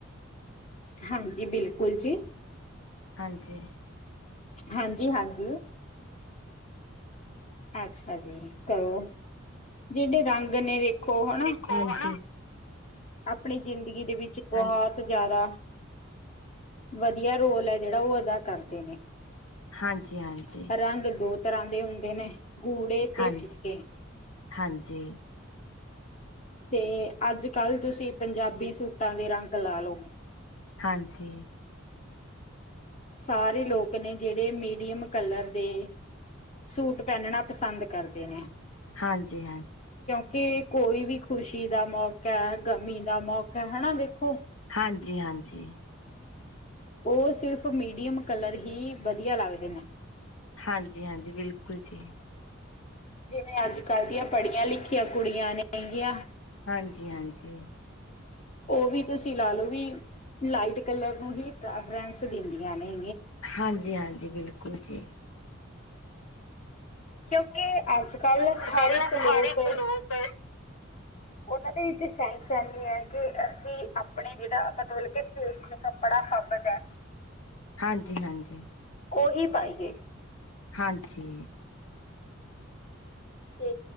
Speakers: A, on the left; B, on the left.
A: ਹਾਂਜੀ ਬਿਲਕੁਲ ਜੀ।
B: ਹਾਂਜੀ।
A: ਹਾਂਜੀ ਹਾਂਜੀ। ਅੱਛਾ ਜੀ ਕਰੋ ਜਿਹੜੇ ਰੰਗ ਨੇ ਵੇਖੋ ਹਨਾ
B: ਦੇਖੋ, ਹਨਾ
A: ਆਪਣੀ ਜ਼ਿੰਦਗੀ ਦੇ ਵਿੱਚ ਬਹੁਤ
B: ਹਾਂਜੀ।
A: ਜ਼ਿਆਦਾ ਵਧੀਆ ਰੋਲ ਹੈ ਜਿਹੜਾ, ਉਹ ਅਦਾ ਕਰਦੇ ਨੇ।
B: ਹਾਂਜੀ-ਹਾਂਜੀ।
A: ਰੰਗ ਦੋ ਤਰ੍ਹਾਂ ਦੇ ਹੁੰਦੇ ਨੇ, ਗੂੜੇ
B: ਹਾਂਜੀ,
A: ਤੇ ਫਿੱਕੇ।
B: ਹਾਂਜੀ।
A: ਤੇ ਅੱਜ-ਕੱਲ੍ਹ ਤੁਸੀਂ ਪੰਜਾਬੀ ਸੂਟਾਂ ਦੇ ਰੰਗ ਲਾ ਲਓ
B: ਹਾਂਜੀ।
A: ਸਾਰੇ ਲੋਕ ਨੇ ਜਿਹੜੇ ਮੀਡੀਅਮ ਕਲਰ ਦੇ ਸੂਟ ਪਹਿਨਣਾ ਪਸੰਦ ਕਰਦੇ ਨੇ।
B: ਹਾਂਜੀ-ਹਾਂ।
A: ਕਿ ਕੋਈ ਵੀ ਖੁਸ਼ੀ ਦਾ ਮੌਕਾ, ਗਮੀ ਦਾ ਮੌਕਾ, ਹਨਾ ਦੇਖੋ?
B: ਹਾਂਜੀ-ਹਾਂਜੀ।
A: ਉਹ ਸਿਰਫ ਮੀਡੀਅਮ ਕਲਰ ਹੀ ਵਧੀਆ ਲੱਗਦੇ ਨੇ।
B: ਹਾਂਜੀ-ਹਾਂਜੀ, ਬਿਲਕੁਲ ਜੀ।
A: ਜਿਵੇਂ ਅੱਜ-ਕੱਲ੍ਹ ਦੀਆਂ ਪੜ੍ਹੀਆਂ-ਲਿਖੀਆਂ ਕੁੜੀਆਂ ਨੇ ਹੈਗੀਆਂ।
B: ਹਾਂਜੀ-ਹਾਂਜੀ।
A: ਉਹ ਵੀ ਤੁਸੀਂ ਲਾ ਲਓ ਵੀ ਲਾਈਟ ਕਲਰ ਨੂੰ ਹੀ ਪ੍ਰੈਫਰੈਂਸ ਦਿੰਦੀਆਂ ਨੇ।
B: ਹਾਂਜੀ-ਹਾਂਜੀ, ਬਿਲਕੁਲ ਜੀ।
A: ਕਿਉਂਕਿ ਅੱਜ-ਕੱਲ੍ਹ ਹਰ
B: ਪਹਿਲਾਂ
A: ਇੱਕ ਲੋਕ
B: ਹਰ ਇੱਕ ਲੋਕ
A: ਉਹਨਾਂ ਦੇ ਵਿੱਚ ਸੈਂਸ ਹੈਨੀ ਹੈ ਕਿ ਅਸੀਂ ਆਪਣੇ ਜਿਹੜਾ ਮਤਲਬ ਕਿ ਫੇਸ ਤੇ ਕੱਪੜਾ ਫ਼ਬਦਾ ਹੈ
B: ਹਾਂਜੀ-ਹਾਂਜੀ।
A: ਉਹੀ ਪਾਈਏ
B: ਹਾਂਜੀ।
A: ਤੇ